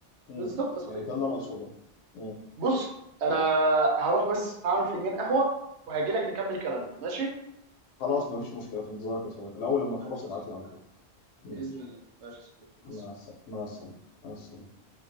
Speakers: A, on the left; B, on the right.
A: مم.
B: بالظبط يا صديقي
A: يعني ده اللي انا
B: بالظبط
A: اقصده مم.
B: بص انا هروح بس هعمل فنجان قهوه وهجي لك نكمل كلامنا ماشي
A: خلاص ما فيش مشكله في انتظارك يا صديقي الاول لما تخلص
B: ماشي
A: ابعت
B: يا صديقي
A: لي على طول ماشي
B: باذن الله ماشي يا صديقي مع
A: مع
B: السلامه
A: السلامه مع السلامه مع السلامه